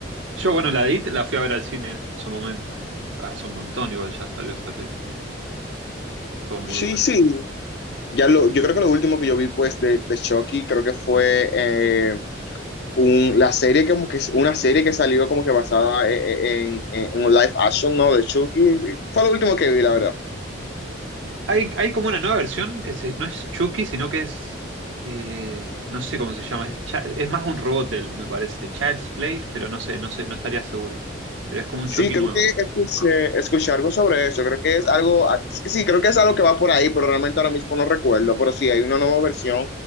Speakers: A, on the right (about 75°); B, on the left (about 55°).
A: Yo, bueno, la It la fui a ver al cine en su momento. Hace un montón, igual ya salió esa peli. Estuvo muy
B: Sí,
A: bueno.
B: sí. Ya lo, yo creo que lo último que yo vi, pues, de, de Chucky, creo que fue eh, un- la serie, como que es una serie que salió como que basada en, en, en- en un live action, ¿no? De Chucky. Fue lo último que vi, la verdad.
A: Hay, hay como una nueva versión que se- no es Chucky, sino que es. eh, no sé cómo se llama. Es, Chi- es más un robot, él, me parece. Child's Play, pero no sé, no sé, no estaría seguro. Pero es como un
B: Sí,
A: Chucky
B: creo
A: nuevo.
B: que escuché, escuché algo sobre eso. Creo que es algo, sí, creo que es algo que va por ahí, pero realmente ahora mismo no recuerdo. Pero sí, hay una nueva versión